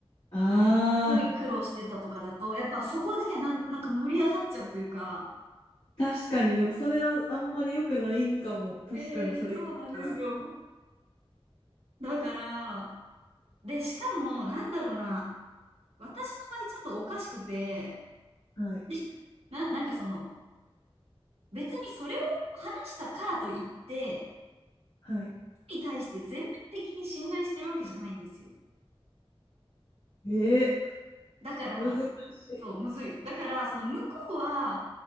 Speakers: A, on the left; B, on the right.
A: ああ、
B: すごい苦労してたとかだと、やっぱそこでなん、なんか盛り上がっちゃうというか、
A: 確かに、でもそれはあんまり良くないんかも。確かに、
B: えー、
A: それ聞いたら。
B: そうなんですよ。だから、で、しかも、なんだろうな、私の場合ちょっとおかしくて、
A: はい、
B: <laughs> な、なんかその、別にそれを話したからといって、
A: はい。
B: に対して全面的に信頼してるわけじゃないんですよ。
A: え
B: だから、
A: ー、難しい。
B: そう、むずい。だから、その向こうは、